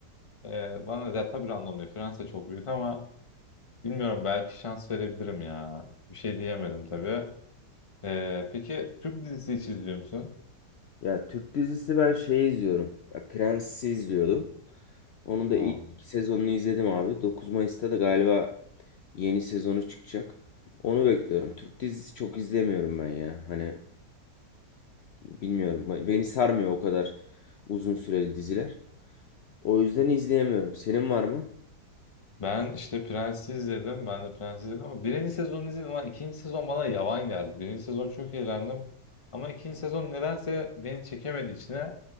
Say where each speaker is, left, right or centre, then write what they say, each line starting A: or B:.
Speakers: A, on the left; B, on the left.
A: e, bana da tabii random değil. Friends de çok büyük ama bilmiyorum belki şans verebilirim ya. Bir şey diyemedim tabii. E, peki Türk dizisi hiç izliyor musun?
B: Ya Türk dizisi ben şey izliyorum. Ya Prens'i izliyordum. Onun da
A: Aa.
B: ilk iki sezonunu izledim abi. 9 Mayıs'ta da galiba yeni sezonu çıkacak. Onu bekliyorum. Türk dizisi çok izlemiyorum ben ya. Hani bilmiyorum. Beni sarmıyor o kadar uzun süreli diziler. O yüzden izleyemiyorum. Senin var mı?
A: Ben işte Prens'i izledim. Ben de Prens'i izledim ama birinci sezonu izledim ama ikinci sezon bana yavan geldi. Birinci sezon çok eğlendim. Ama ikinci sezon nedense beni çekemedi içine.